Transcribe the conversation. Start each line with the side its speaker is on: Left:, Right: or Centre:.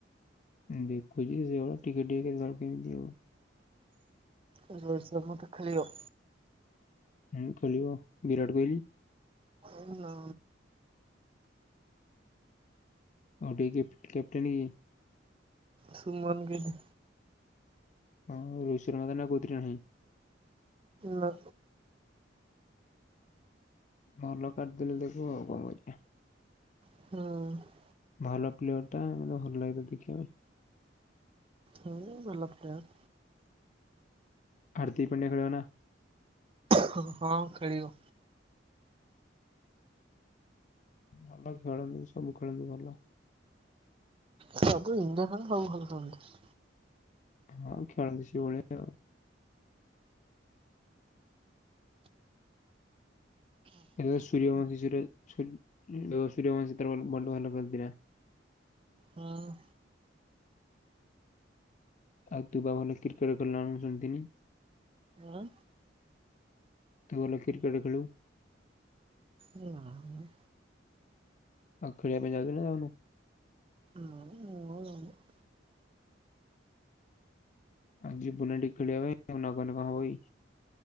Left: ଉଁ, ଦେଖୁଚି ଯେ ସେଇଭଳିଆ ଟିକେ ଟିକେ କେତବେଳେ କେମିତି ଆଉ।
Right: ଏ ବର୍ଷ ମୋତେ ଖେଳିଳ।
Left: ହୁଁ, ଖେଳିବ ବିରାଟ କୋହିଲି?
Right: ହଉ ନ ନା।
Left: ଓଡିଆଇ କେପ୍ କ୍ୟାପଟେନ୍ କିଏ?
Right: ସୁମନ ଗିଲ୍।
Left: ହଁ ରୋହିତ ଶର୍ମା ତାନେ ଆଉ କୋଉଥିରେ ନାହିଁ?
Right: ନା।
Left: ଭଲ କାଡଦେଲେ ତାକୁ ଆଉ କଣ କରିବା।
Right: ହଁ।
Left: ଭଲ ପ୍ଲେୟର୍ ଟା ଆ ମୋତେ ଭଲ ଲାଗେ ତାକୁ ଦେଖିବା ପାଇଁ।
Right: ହଁ ଭଲ ପ୍ଲେୟାର୍।
Left: ହାର୍ଦ୍ଦିକ ପାଣ୍ଡିଆ ଖେଳିବ ନା?
Right: ହଁ ହଁ ଖେଳିବ।
Left: ଭଲ ଖେଳନ୍ତି ସବୁ ଖେଳନ୍ତି ଭଲ।
Right: ସବୁ ଇଣ୍ଡିଆ ଖେଳ ସବୁ ଭଲ ଖେଳନ୍ତି।
Left: ହଁ ଖେଳନ୍ତି ସେଇ ଭଳିଆ ଆଉ। ଏଥର ସୂରିୟବଂଶୀ ସୁରେ ସୂ- ର-ସୂରିୟବଂଶୀ ତାର ଭଲ ବଲୁ ଭଲ ଖେଳିଥିଲା।
Right: ହଁ।
Left: ଆଉ ତୁ ପା ଭଲ କ୍ରିକେଟ୍ ଖେଳୁ ନା କଣ ମୁଁ ଶୁଣିଥିନି?
Right: ଆଁ,
Left: ତୁ ଭଲ କ୍ରିକେଟ୍ ଖେଳୁ।
Right: ନା ମୋ।
Left: ଆଉ ଖେଳିବା ପାଇଁ ଯାଉଚୁ ନା ଯାଉନୁ?
Right: ନା ମୁଁ ଆଉ ଯାଉନି।
Left: ହଁ ଯିବୁନା ଟିକେ ଖେଳିବା ପାଇଁ ଆଉ ନ ଗନେ କଣ ହବ କି।